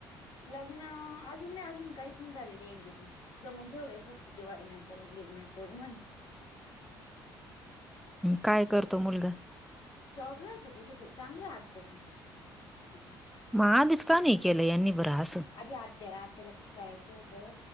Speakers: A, on the left; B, in the centre.
A: लग्न अजून नाही अजून काहीच नाही झालेले एंगेजमेंट जमून ठेवलंय फक्त दिवाळी नंतर एंगेजमेंट करू म्हणे
B: काय करतो मुलगा
A: जॉबला य तो कुठेतरी चांगलं आत्याच तिच्या
B: मग आधीच का नाही केलं यांनी बरं असं.
A: आधी आत्या त्याला कस करायचं होतं